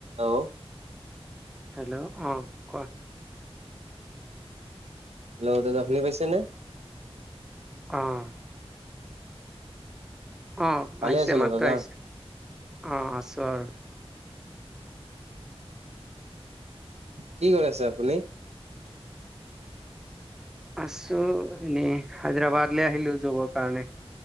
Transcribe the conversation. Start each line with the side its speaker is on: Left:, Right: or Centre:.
Right: ও।
Centre: Hello অ কোৱা।
Right: Hello দাদা শুনি পাইছেনে।
Centre: অঁ। অঁ
Right: ভালে
Centre: আহিছে
Right: আছে ন
Centre: মাতটো
Right: দাদা?
Centre: আহিছে অঁ আছোঁ আৰু।
Right: কি কৰি আছে আপুনি।
Centre: আছো এনেই হায়দৰাবাদলে আহিলো যাগৰ কাৰণে।